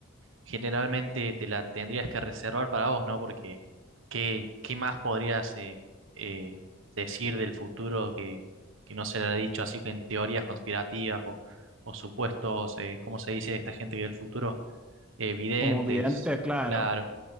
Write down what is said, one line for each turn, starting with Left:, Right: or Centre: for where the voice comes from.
Right: generalmente te la tendrías que reservar para vos, ¿no? Porque ¿qué, qué más podrías eh, eh, decir del futuro que, que no se le ha dicho así que en teorías conspirativas o, o supuestos, eh, ¿cómo se dice esta gente que del futuro? Eh, videntes,
Centre: como vidente, claro.
Right: claro.